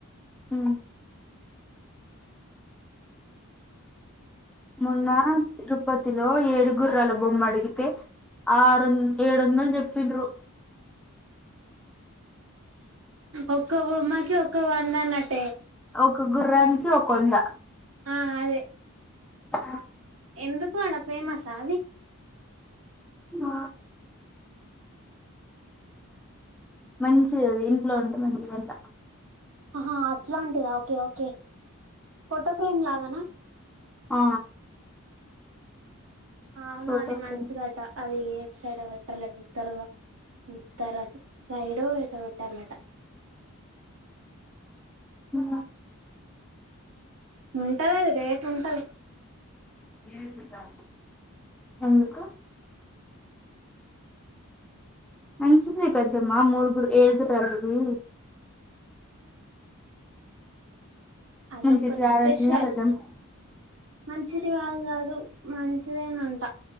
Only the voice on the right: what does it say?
ఒక్కో బొమ్మకి ఒక్కో వంద అన్నట్టే
ఆ అదే
ఎందుకు అడ ఫేమసా అది
హా అట్లాంటిదా ఓకే ఓకే ఫోటో ఫ్రేమ్ లాగానా
అవునా
అది మంచిదట
అది ఎ సైడ్ పెట్టాలట ఉత్తర ఉత్తర సైడ్ ఏటో పెట్టాలంట
ఉంటది అది రేట్ ఉంటది
చ్ అదోక
స్పెషల్
మంచిది కాదు కాదు మంచిదేనంట